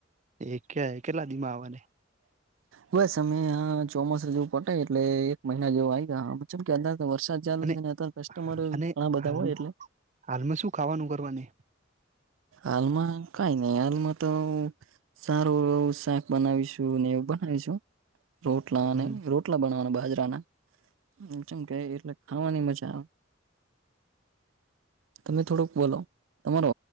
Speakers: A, on the right (about 40°); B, on the right (about 90°).
A: એ ક કેટલા દિમા આવવાને.
B: બસમે ચોમાસ જેવું પટાય એટલે એક મહિના જેવ આવી ગયામ કે અ વરસાદ. ચાલુ
A: અને
B: છેને અ કસ્ટમર
A: અને
B: ઘણા બધા
A: હાલ
B: હોય એટલે.
A: હાલમાં શું ખાવાનું કરવાની.
B: અાલમાં કઈ નહી આલમાં તો સારું એવું શાક બનાવીશું એવું બનાવીશું રોટલાને
A: હમ
B: રોટ. કેટલા બવાના બાજરાનામ કે એટલે ખાવાની મજા આવે. તમે થોડુંક બોલો તમારો.